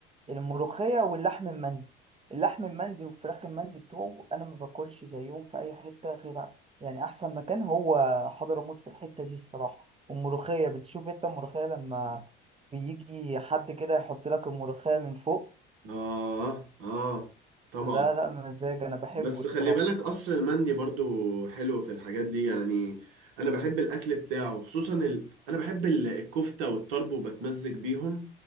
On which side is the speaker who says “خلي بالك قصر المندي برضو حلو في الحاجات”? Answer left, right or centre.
Right